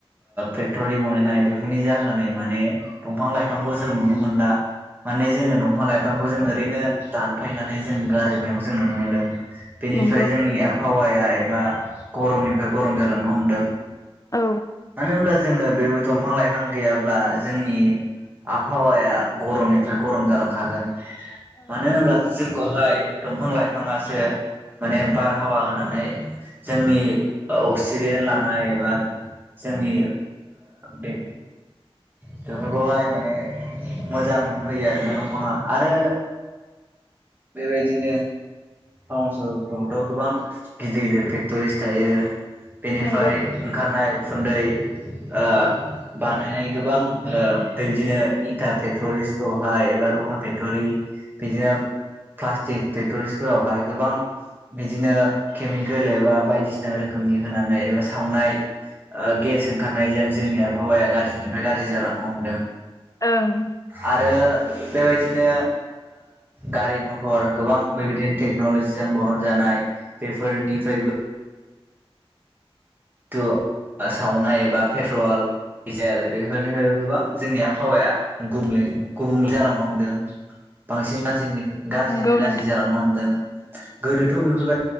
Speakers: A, on the right; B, on the left.
A: फेक्ट'रि बनायनाय बेफोरनि जाहोनै माने दंफां लाइफांखौ जों नुनो मोना। मान जो दंफां - लाइफां खौ जों ओरैनो दानफायनानै जों गारजोबनायखौ जों नुनो मोनदों बेनिफ्राय
B: नंगौ
A: जोंनि हहावाया एबा गरमनिफ्राय गरम जालांनो हमदों।
B: औ
A: मानो होनब्ला जोङो बेबाय दंफां लाइफां गैयाब्ला जोंनि आबहावाया गरमनिफ्राय गरम जालांखागोन। मानो होनोब्ला जोंखौहाय दंफां लाइफाङासो माने बारहावा होनानै जोंनि अक्सिजेन लानाय एबा जोंनि बे बेफोरखौहाय माने मोजां होयो आरोना दंफाङा आरो बेबायदिनो टाउन सहरफ्रावथ' गोबां गिदिर गिदिर फेक्ट'रिस थायो बेनिफ्राय
B: नंगौ
A: ओंखारनाय उखुन्दै ओ बानायनाय गोबां बेबायदिनो इटा फेक्टरिखौहाय एबा लहा फेक्टरि बिदिनो प्लास्टिक फेक्टरिसफोरावहाय गोबां बिदिनो केमिकेल एबा बायदिसिना रोखोमनि होनानै एबा सावनाय गेस ओंखारनायजों जोंनि आबहावाया गाज्रिनिफ्राय गाज्रि जालांनो हमदों।
B: ओं।
A: आरो बेबायदिनो गारि मथर गोबां बेबायदिनो टेक्न'लजिजों बरन जानाय बेफोरनिफ्रायबो थु आसामावहाय एबा पेट्रल दिडिजेल बेफोरनिफ्रायबो गोबां जोंनि आबहावाया गुबुंल गुबुंले जालांनो हमदों बांसिन मार जोंनि गाज्रिनि
B: नंगौ
A: गाज्रि
B: नोंथां
A: जालांनो हमदों गोदोथ' बेफोरबायदि